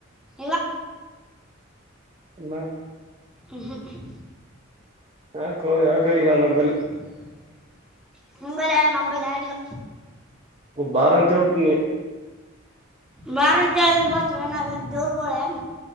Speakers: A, in the centre; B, on the right.
A: ಇಲ್ಲ
B: ಇಲ್ಲ.
A: ಹ್ಮು ಹ್ಮು.
B: ಯಾಕೋ ಯಾಕಾಗಿಲ್ಲನು
A: <unintelligible> ನಿಂಬಲ್ಲ್ ಯಾರ್ ನಂಬದಾಯ್ ಇಲ
B: ಓ ಬಾರ ಐತವ್ <unintelligible>
A: ಬಾರಂತೇಳದ್ರ್ ಬರ್ತವೇನ್ ಅವೇನ್ ದೇವ್ರಗಳೆನ್?